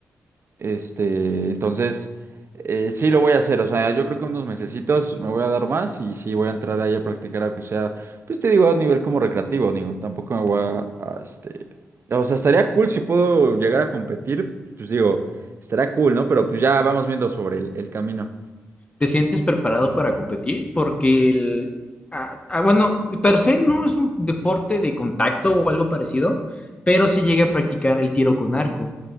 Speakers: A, on the right; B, on the left.
A: Este, entonces, eh, sí lo voy a hacer. O sea, yo creo que unos mesecitos me voy a dar más y sí voy a entrar ahí a practicar, aunque sea, pues te digo, a nivel como recreativo, digo, tampoco me voy a, a, este, o sea, estaría cool si puedo llegar a competir, pues digo, estaría cool, ¿no? Pero pues ya vamos viendo sobre el, el camino.
B: ¿Te sientes preparado para competir? Porque el, ah, ah, bueno, de per se no es un deporte de contacto o algo parecido, pero sí llegué a practicar el tiro con arco.